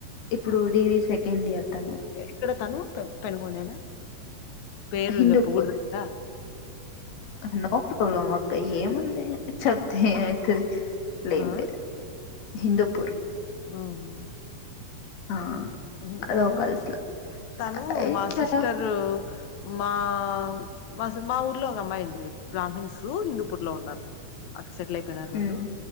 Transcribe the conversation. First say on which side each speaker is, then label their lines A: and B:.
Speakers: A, on the left; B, on the left.
A: ఇప్పుడు డిగ్రీ సెకండ్ ఇయర్ తను
B: ఎక్కడ తను పెనుగొండేనా పేరు
A: హిందూపూర్
B: చెప్పకూడదు గదా
A: నో ప్రాబ్లం అక్క ఏముంది చెప్తే ఏం అయితది అలా ఏం
B: ఆ
A: లేదు హిందూపూర్
B: అవును
A: ఆ
B: ఉమ్
A: లోకల్స్ లో
B: తను
A: అయి
B: మా
A: చాలా
B: సిస్టర్ మా మా మా ఊర్లో ఒక అమ్మాయుంది లే బ్రామీణ్స్ హిందూపూర్ లో ఉన్నారు సెటిల్ అయిపోయినారు వాళ్ళు,
A: ఉమ్